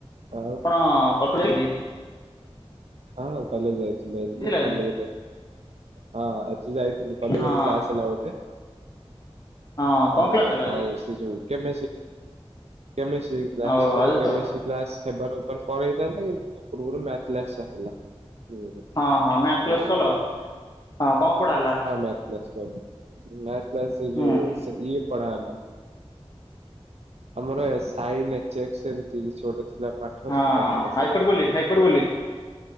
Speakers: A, on the right; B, on the left.
A: ଆଉ
B: ଆପଣ କସଛି <unintelligible>
A: ହଁ କ ଯାଇଥିଲ ଆ
B: ଆଜି
A: କଲେ୍ ହଁ ଆଜି ଯାଇଥିଲି କଲେ
B: ହଁ
A: କ୍ସ ହେଲାେ <unintelligible>
B: ହଁ କଣ
A: ଆଜ୍ଞା,
B: କ୍ଲାସ ହେଲା
A: ଆଉ
B: ଆଜି?
A: କେମ୍ କେମିଷ୍ଟ୍ର ଗ୍ଲାସ୍,
B: ଓହୋ
A: ସରି
B: ଆଜି
A: କେମିଷ୍ଟ୍ରି
B: ତ
A: ଗ୍ଲାସ୍ ସେ ବର ପଳେଇ ହେଇଥାନ୍ତା କିନ୍ତୁ ତା ପୂର୍ବରୁ ମସ ହେଲା <unintelligible>
B: ହଁ ହଁ ମ୍ୟାଥ କ୍ଲାସ
A: ହ ହଁ
B: କଲ ହଁ କଣ ପଢା ହେଲା?
A: ମଥ୍ଲସ୍ କର <unintelligible> ଥ ସେ ଯୋ
B: ହୁଁ
A: ସେ ଇଏ ପଢ଼ାଲା ଆମର ସାଇନକ୍, ଏମତି କିଛି ଗୋଟେ ଥିଲା। ପାଠ
B: ହଁ,
A: ସେ ପଢା ହେଲା
B: ହାଇପର
A: ସେଇଠି।
B: ବଲିକ, ହାଇପର ବଲିକ